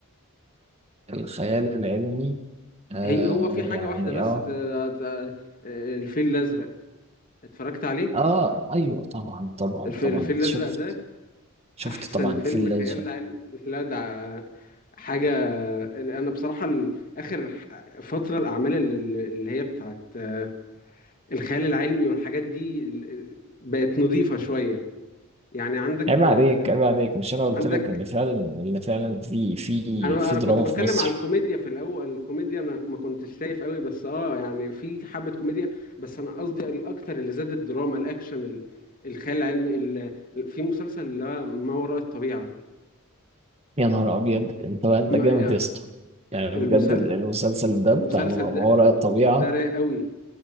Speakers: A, on the right; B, on the left.
A: الخيال العلمي آه
B: هي هو في حاجة
A: يعني
B: واحدة بس
A: اه
B: ت- ت- الفيل الأزرق اتفرجت عليه
A: اه ايوه طبعا طبعا
B: الف-
A: طبعا
B: الفيل الأزرق
A: شفت
B: ده
A: شفت
B: احسن
A: طبعا
B: فيلم
A: في الازرق
B: خيال علمي <laughs> لا ده حاجه انا بصراحه ال- اخر ح- فتره الاعمال ال- اللي هي بتاعت آه، الخيال العلمي والحاجات دي ال- بقت نظيفه شويه يعني عندك
A: عيب عليك
B: آه،
A: عيب عليك مش انا قلت
B: عندك
A: لك ان فعلا ان فعلا في في
B: انا
A: في
B: انا
A: دراما
B: كنت بتكلم
A: في مصر
B: على الكوميديا في الاول الكوميديا انا ما كنتش شايف قوي بس اه يعني في حبه كوميديا بس انا قصدي الاكتر اللي زاد الدراما الاكشن ال- الخيال العلمي ال- ال- في مسلسل اللي هو ما وراء الطبيعه
A: يا نهار ابيض انت بقى انت
B: ما
A: جامد
B: يعني
A: يا اسطى يعني
B: المسلسل
A: بجد المسلسل ده
B: المسلسل
A: بتاع ما وراء
B: ده المسلسل
A: الطبيعة
B: ده رايق قوي